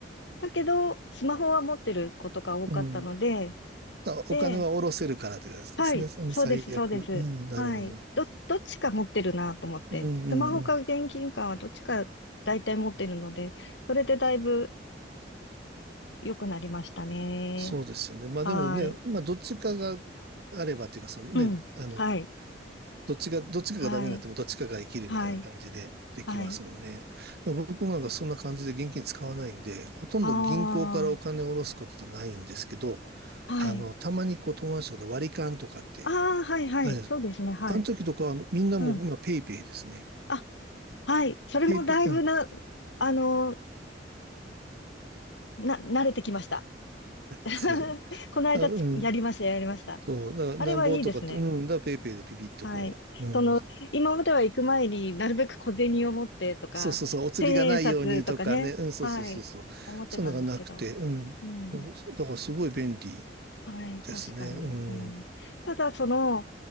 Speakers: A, on the left; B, on the right.
A: だけど、スマホは持ってることが多かったので、
B: うん。あ、
A: で、
B: お金は下ろせるからって感じですね。
A: はい、
B: うん最悪。
A: そうです、そうです。
B: うん、なるほど。
A: はい。ど、どっちか持ってるなと思って、
B: うんうんうん。
A: スマホか現金かはどっちか大体持ってるので、それでだいぶ良くなりましたね。
B: そうですよね。まあでもね、
A: はい。
B: まあどっちかがあればっていうか、そのね、
A: うん。
B: あの、
A: はい。
B: どっちが、どっちかがダメになってもどっちかが生きるみたいな感じでできますもんね。
A: はい。はい。はい。
B: でも僕もなんかそんな感じで現金使わないんで、ほとんど銀行からお金を下ろすことはないんですけど、
A: ああ。はい。
B: あの、たまにこう友達とかで割り勘とかって、
A: ああ、はいはい。
B: あれです。
A: そうですね。はい。
B: あの時とかはあのみんなもう今ペイペイですね。
A: うん。あ、はい。それもだいぶな、
B: ペイペイ、うん、
A: あの、な、慣れてきました。<laughs>
B: そうですね
A: この間つやりました、
B: だうん、
A: やりました。
B: そう、だからなんぼとかって、
A: あれはいいですね。
B: うん、だからペイペイでピピッとこう、
A: はい。
B: うん、
A: その、今までは行く前になるべく小銭を持ってとか、
B: そうそうそう、お釣りがないようにとかね、
A: 千円札とかね。
B: うん、そうそうそうそう、
A: はい。思ってたんですけど。
B: そんなのがなくて、うん、
A: うん。
B: そうだからすごい便利。
A: はい、確かに。
B: ですね。うん。
A: うん、ただ、その、